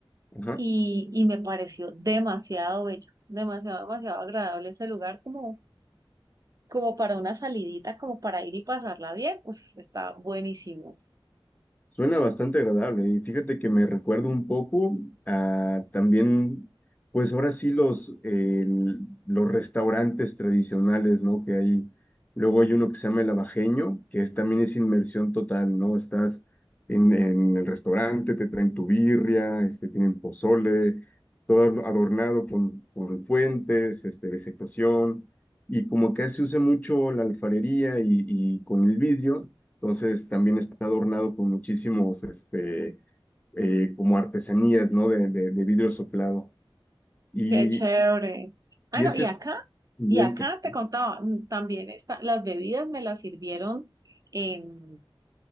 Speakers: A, on the left (about 15°); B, on the right (about 40°).
A: ajá.
B: y, y me pareció demasiado bello, demasiado, demasiado agradable ese lugar como, como para una salidita, como para ir y pasarla bien. Uf, está buenísimo.
A: Suena bastante agradable y fíjate que me recuerda un poco a también, pues ahora sí los, eh, el- los restaurantes tradicionales, ¿no? Que hay, luego hay uno que se llama El Abajeño, que es, también es inmersión total, ¿no? Estás en, en el restaurante, te traen tu birria, este, tienen pozole, todo adornado con, con fuentes, este, vegetación, y como que se usa mucho la alfarería y, y con el vidrio entonces también está adornado con muchísimos, este, eh, como artesanías, ¿no? De, de, de vidrio soplado. Y,
B: Qué chévere. Ah,
A: y
B: no,
A: ese
B: y
A: es
B: acá,
A: el ambiente,
B: y acá te contaba, mm, también está, las bebidas me las sirvieron en,